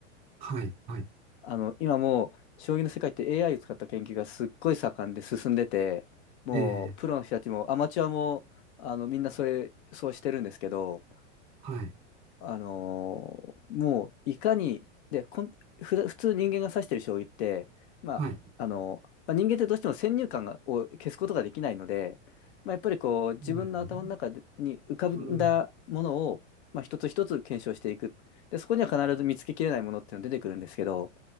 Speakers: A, on the right; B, on the left.
A: はい、はい、
B: あの、今もう将棋の世界って AI を使った研究がすっごい盛んで進んでて、もうプロの人たちもアマチュアもあのみんなそれ、
A: ええ、
B: そうしてるんですけど、
A: はい、
B: あのーもういかに、で、こん、ふだ普通人間が指してる将棋って、まあ、
A: はい、
B: あのーまあ、人間ってどうしても先入観がを消すことができないので、まあ、やっぱりこう自分の頭の中でに浮かんだものを、
A: そうですねうん、
B: まあ、一つ一つ検証していく。で、そこには必ず見つけきれないものっていうのが出てくるんですけど、